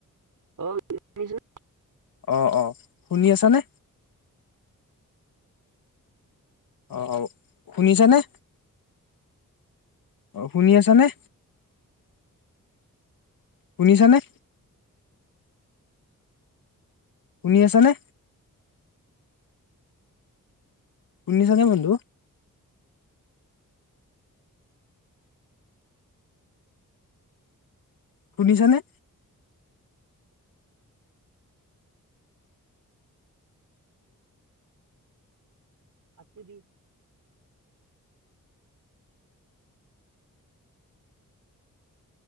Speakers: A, on the right; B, on the left.
A: অ। শুনিছানে?
B: অঁ অঁ শুনি আছানে? অঁ অঁ শুনিছা নে? অঁ শুনি আছা নে? শুনিছানে? শুনি আছা নে? শুনিছানে বন্ধু? শুনিছানে?
A: কাটি দি-